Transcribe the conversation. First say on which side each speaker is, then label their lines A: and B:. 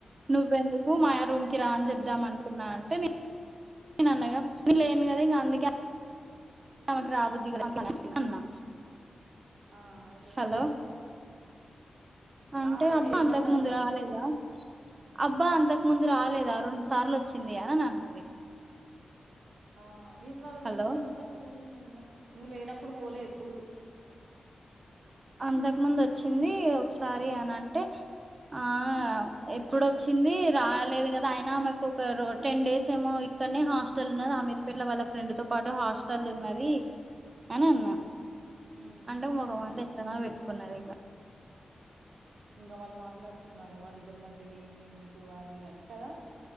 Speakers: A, on the right; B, on the right.
A: నువ్వెందుకు మాయా రూమ్ కి రా అని చెబుదామనుకున్నా అంటే, నేను అన్నాగ నేను లేను కదా ఇంగ అందు నాకు రాబుద్ధికాకనే అన్నా
B: ఆ అయితే ఏమంటాం
A: హలో అంటే
B: ఆ అయితే
A: అబ్బా
B: ఏమంటాంది
A: అంతకముందు రాలేదా అబ్బా అంతకు ముందు రాలేదా రొండు సార్లు వచ్చిందిగా అని అన్నది
B: ఆ నేను వాళ్ళ రూమ్
A: హలో
B: కి రెండుసార్లు పోలే నువ్వు ఉన్నప్పుడు, నువ్వు లేనప్పుడు పోలే ఎప్పుడు.
A: అంతకు ముందు వచ్చింది ఒకసారి అని అంటే ఆ ఎప్పుడొచ్చింది రాలేదు కదా అయినా మాకు ఒక టెన్ డేస్ ఏమో ఇక్కడనే హాస్టల్ ఉన్నది అమీర్ పేట్ వాళ్ళ ఫ్రెండ్ తో పాటు హాస్టల్లో ఉన్నది అని
B: ఉమ్
A: అన్నా
B: ఉమ్
A: అంటే మొహం అంతా ఎట్లనో పెట్టుకున్నది
B: ఇంకా వాళ్ళు మాట్లాడుకున్నలు వాళ్ళిద్దరి మధ్యలో ఈమె ఎందుకు అది ఇదని కదా